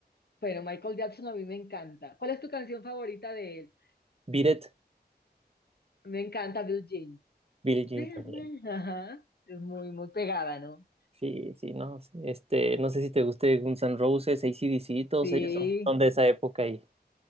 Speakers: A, on the left (about 70°); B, on the right (about 35°).
A: Bueno, Michael Jackson a mí me encanta. ¿Cuál es tu canción favorita de él?
B: Beat It,
A: Me encanta Blue Jeans.
B: Billie Jean
A: <laughs>
B: también.
A: Ajá, es muy, muy pegada, ¿no?
B: Sí, sí, no. Este, no sé si te guste Guns N' Roses, AC/DC, todos
A: Sí.
B: ellos son, son de esa época y.